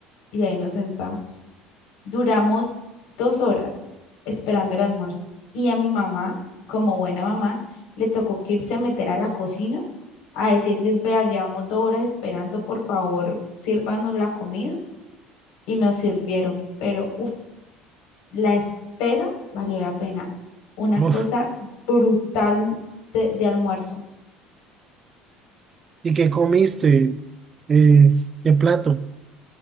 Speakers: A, on the left; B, on the right.
A: Y ahí nos sentamos. Duramos dos horas esperando el almuerzo. Y a mi mamá, como buena mamá, le tocó que irse a meter a la cocina a decirles, vea, llevamos dos horas esperando, por favor, sírvanos la comida. Y nos sirvieron, pero uff, la espera valió la pena. Una
B: Uf,
A: cosa brutal de, de almuerzo.
B: ¿y qué comiste? Eh, ¿qué plato?